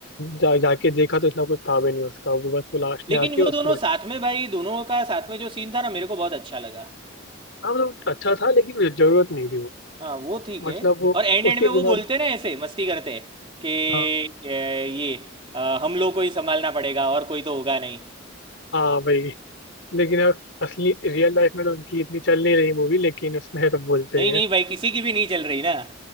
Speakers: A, on the left; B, on the right.
A: जा जाके देखा तो इतना कुछ था भी नहीं उसका वो बस वो लास्ट
B: लेकिन
A: में आके
B: वो
A: उसको
B: दोनों
A: बच
B: साथ में भाई दोनों का साथ में जो सीन था ना मेरे को बहुत अच्छा लगा
A: हाँ मतलब अच्छा था लेकिन जरूरत नहीं थी वो
B: हाँ वो ठीक
A: मतलब
B: है
A: वो
B: और एंड एंड
A: उसके
B: में वो
A: बिना
B: बोलते ना ऐसे मस्ती करते कि
A: हाँ,
B: अ, ये अ, हम लोग को ही संभालना पड़ेगा और कोई तो होगा नहीं
A: हाँ भाई लेकिन अब असली रियल लाइफ में तो उनकी इतनी चल नहीं रही मूवी लेकिन उसमें तो बोलते
B: नहीं
A: ही है
B: नहीं भाई किसी की भी नहीं चल रही ना